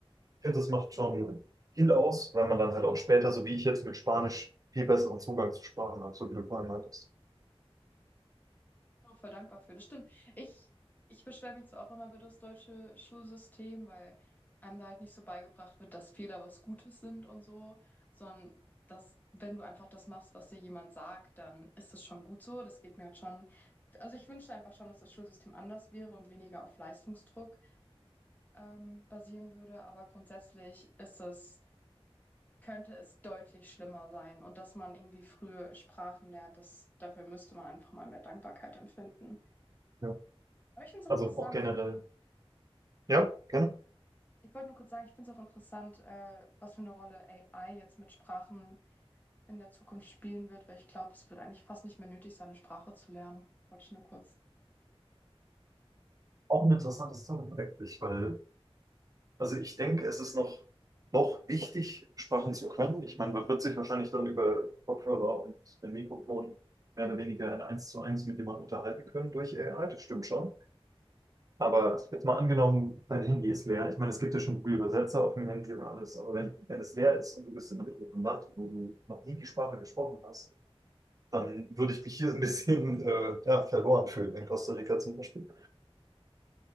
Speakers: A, on the right; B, on the left.
A: ich finde, das macht schon viel aus, weil man dann halt auch später, so wie ich jetzt mit Spanisch, viel besseren Zugang zu Sprachen hat, so wie du vorhin meintest.
B: auch voll dankbar für. Das stimmt. Ich, ich beschwere mich zwar auch immer über das deutsche Schulsystem, weil einem da halt nicht so beigebracht wird, dass Fehler was Gutes sind und so, sondern dass, wenn du einfach das machst, was dir jemand sagt, dann ist das schon gut so. Das geht mir halt schon. Also ich wünschte einfach schon, dass das Schulsystem anders wäre und weniger auf Leistungsdruck ähm, basieren würde. Aber grundsätzlich ist es, könnte es deutlich schlimmer sein. Und dass man irgendwie früh Sprachen lernt, das, dafür müsste man einfach mal mehr Dankbarkeit empfinden.
A: Ja.
B: Aber ich finde es auch
A: Also
B: interessant.
A: auch generell. Ja, gerne.
B: Ich wollte nur kurz sagen, ich finde es auch interessant, äh, was für eine Rolle AI jetzt mit Sprachen in der Zukunft spielen wird, weil ich glaube, es wird eigentlich fast nicht mehr nötig sein, eine Sprache zu lernen. Wollte ich nur kurz.
A: Auch ein interessantes Thema eigentlich, weil, also ich denke, es ist noch, noch wichtig, Sprachen zu können. Ich meine, man wird sich wahrscheinlich dann über Kopfhörer und ein Mikrofon mehr oder weniger in eins zu eins mit jemandem unterhalten können durch AI, das stimmt schon. Aber jetzt mal angenommen, dein Handy ist leer. Ich meine, es gibt ja schon Google-Übersetzer auf dem Handy und alles, aber wenn, wenn es leer ist und du bist in einem mittleren Land, wo du noch nie die Sprache gesprochen hast, dann würde ich mich hier ein bisschen äh, ja, verloren fühlen, in Costa Rica zum Beispiel.